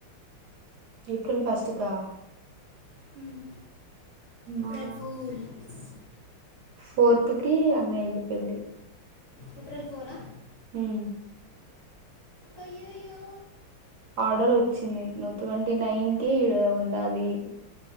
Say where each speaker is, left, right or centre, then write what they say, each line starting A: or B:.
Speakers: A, on the right (about 70°); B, on the left (about 45°).
A: ఏప్రిల్ ఫస్ట్ కా.
B: హుమ్మ్.
A: మా
B: ఏప్రిల్ ఫూల్స్.
A: ఫోర్త్ కి అన్నయ్య ది పెళ్లి.
B: ఏప్రిల్ ఫోరా.
A: హుమ్మ్.
B: అయ్యయ్యో.
A: ఆర్డర్ ఓచ్చింది, నువ్ ట్వంటీ నైన్ కే ఈడ ఉండాలి.